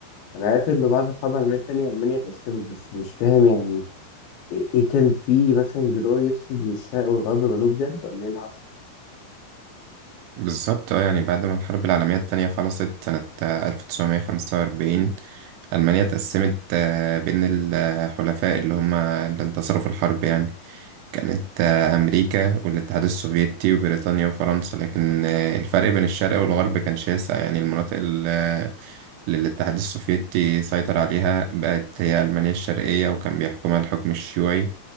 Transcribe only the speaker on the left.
انا عارف انه بعد الحرب العالميه التانية المانيا اتقسمت بس مش فاهم يعني ايه إيه كان في مثلا جدار يفصل بين الشرق والغرب والجنوب بجد ولا ايه اللي حصل